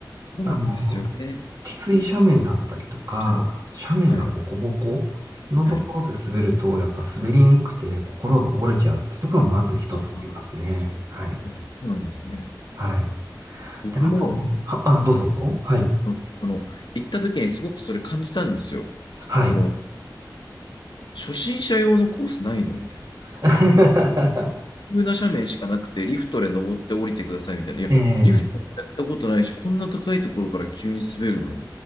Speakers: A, on the left (about 80°); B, on the right (about 55°).
A: そうなんですよね。
B: あの、きつい斜面だったりとか、
A: はい。
B: 斜面がボコボコのところで滑ると、
A: はい。はい。
B: やっぱ滑りにくくて心が折れちゃうっていうところがまず一つありますね。
A: ああ、
B: はい。
A: やっぱそうなんですね。
B: はい。
A: 僕も、
B: で、あと、は、あ、どうぞどうぞ。はい。
A: うんその、行った時にすごくそれ感じたんですよ。
B: はい。
A: その、初心者用のコースないのみたい
B: <laughs>
A: な。急な斜面しかなくて、リフトで登って降りてくださいみたいな。いや、
B: ええ
A: リフトやったことないし、こんな高いところから急に滑るのに。